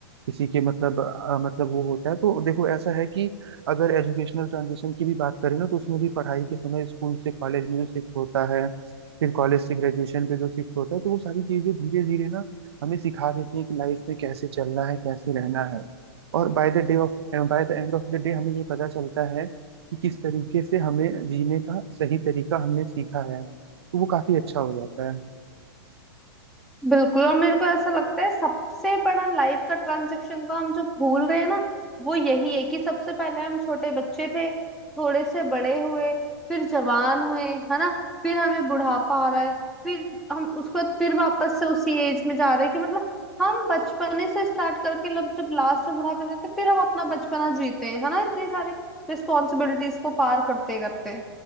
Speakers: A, on the right; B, in the centre.
A: किसी के मतलब अ, मतलब वो होता है तो देखो ऐसा है कि अगर एजुकेशनल ट्रांजिशन की भी बात करें ना तो उसमें भी पढ़ाई के समय स्कूल से कॉलेज में जो शिफ्ट होता है फिर कॉलेज से ग्रेजुएशन पे जो शिफ्ट होता है तो वो सारी चीजें धीरे धीरे ना हमें सिखा देती है कि लाइफ में कैसे चलना है कैसे रहना है और by the डे ऑफ बाय द end of the day हमें ये पता चलता है कि किस तरीके से हमें जीने का सही तरीका हमने सीखा है तो वो काफी अच्छा हो जाता है
B: बिल्कुल और मेरे को ऐसा लगता है सबसे बड़ा लाइफ का ट्रांजेक्शन तो हम जो भूल रहे हैं ना वो यही है कि सबसे पहले हम छोटे बच्चे थे थोड़े से बड़े हुए फिर जवान हुए है ना फिर हमें बुढ़ापा आ रहा है फिर हम उसके बाद फिर वापस से उसी एज में जा रहे हैं कि मतलब हम बचपने से स्टार्ट करके लब जब लास्ट में बुढ़ापे में जाते हैं, फिर हम अपना बचपना जीते हैं है ना इतनी सारी रिस्पॉन्सिबिलिटीज को पार करते करते